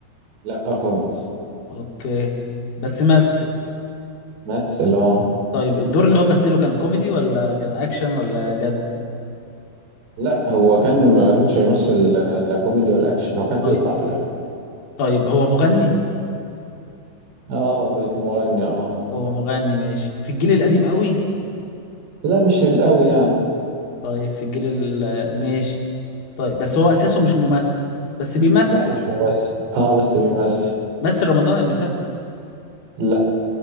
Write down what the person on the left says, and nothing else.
اوكي بس مثل
طيب الدور اللي هو مثله كان كوميدي ولا كان اكشن ولا جد
طيب
طيب هو مغني
هو مغني ماشي في الجيل القديم قوي
طيب في الجيل ال- ماشي طيب بس هو اساسه مش ممثل بس بيمثل
بس رمضان اللي فات